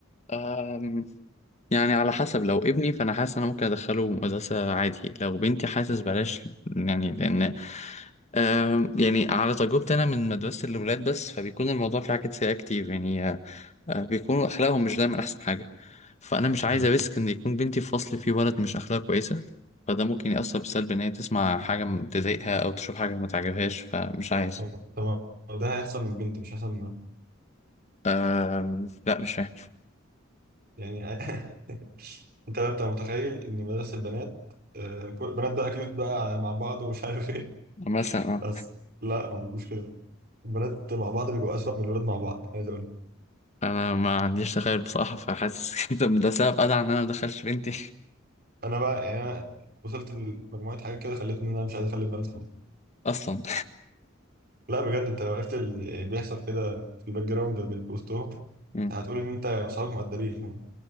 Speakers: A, on the left (about 35°); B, on the right (about 50°).
A: يعني يعني على حسب لو ابني فانا حاسس انا ممكن ادخله مدرسه عادي لو بنتي حاسس بلاش يعني لان آه يعني على تجربتي انا من مدرسه الاولاد بس فبيكون الموضوع فيه حاجات سيئه كتير يعني آه آه، بيكونوا اخلاقهم مش دايما احسن حاجه فانا مش عايز
B: مم.
A: اريسك ان يكون بنتي في فصل فيه ولد مش اخلاقه كويسه فده ممكن يأثر بالسلب ان هي تسمع حاجه تضايقها او تشوف حاجه ما تعجبهاش فمش عايز
B: طب طب ده هيحصل من البنت مش هيحصل
A: آم، لا مش فاهم
B: يعني <laughs> انت بقى بتبقى متخيل ان مدرسة البنات آه، كل- البنات بقى كيوت بقى مع بعض ومش <laughs> عارف ايه
A: مثلا اه
B: بس لا هو مش كده البنات مع بعض بيبقوا اسوأ من الولاد مع بعض عايز اقول لك.
A: انا ما عنديش تخيل بصراحه فحاسس <laughs> كده ده سبب ادعى ان انا ما ادخلش بنتي
B: انا بقى يعني انا وصلت لمجموعة حاجات كده خلتني ان انا مش عايز اخلي البنات خالص
A: اصلا
B: لا بجد انت لو عرفت اللي بيحصل كده في الباك جراوند من وسطهم
A: مم.
B: هتقول ان انت واصحابك مؤدبين فاهم